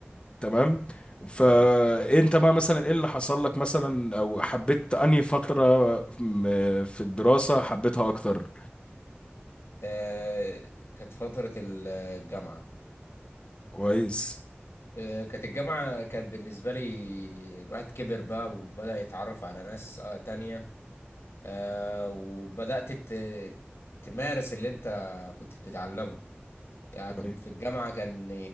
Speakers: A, on the left; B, on the left.
A: تمام فانت
B: اه
A: بقى مثلا ايه اللي حصل لك مثلا او حبيت انهي فترة م- في الدراسة حبيتها اكتر
B: آه، كانت فترة الجامعة
A: كويس
B: آه، كانت الجامعة كانت بالنسبة لي الواحد كبر بقى وبدأ يتعرف على ناس آه، تانية آه، وبدأت ت- تمارس اللي انت كنت بتتعلمه يعني
A: كويس
B: كنت في الجامعة كان